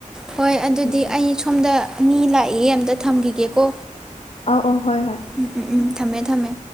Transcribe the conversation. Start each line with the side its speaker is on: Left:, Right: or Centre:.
Centre: ꯍꯣꯏ ꯑꯗꯨꯗꯤ
Left: ꯎꯝ ꯎꯝ
Centre: ꯑꯩ ꯁꯣꯝꯗ ꯃꯤ ꯂꯥꯛꯏꯌꯦ ꯑꯝꯇ ꯊꯝꯈꯤꯒꯦꯀꯣ
Left: ꯑꯧ ꯑꯧ ꯍꯣꯏ ꯍꯣꯏ
Centre: ꯎꯝ ꯎꯝ ꯎꯝ ꯊꯝꯃꯦ ꯊꯝꯃꯦ